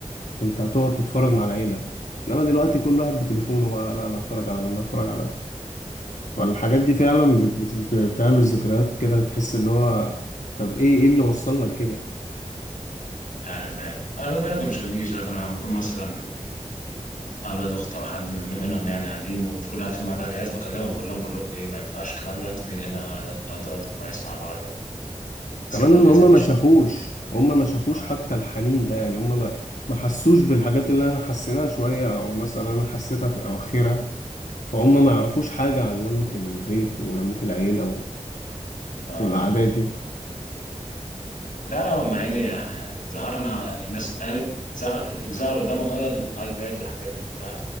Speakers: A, on the left; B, on the left.
A: كنت هتقعد تتفرج مع العيلة انما دلوقتي كل واحد بتليفونه بقى لا انا اتفرج على ده انا اتفرج على ده فالحاجات دي فعلا بت بت بت بتعمل ذكريات كده بتحس اللي هو طب ايه ايه اللي وصلنا لكده
B: انا فاهم انا بما انك ما بيشغلنيش دلوقتي انا لما بكون مثلا اولاد اخت او حد من منهم يعني قاعدين وفي كل واحد فيهم على جهاز بكلمهم بقول لهم بقول لكم ايه ما ينفعش الكلام ده انتوا جايين هنا تقضوا وقت كويس مع بعض سيبوا
A: كمان
B: الاجازه
A: ان هما
B: دي
A: ما
B: شويه
A: شافوش هما ما شافوش
B: اه
A: حتى الحنين ده يعني هما ما ما حسوش بالحاجات اللي انا حسيناها شوية او مثلا انا حسيتها في اواخرها فهم ما يعرفوش حاجة عن لمة البيت ولمة العيلة و-
B: اه
A: والعادات دي
B: لا لا هم يعني احنا ظهرنا يعني الناس قامت ظهر ظهر قدامهم هي الايباد والحاجات دي كلها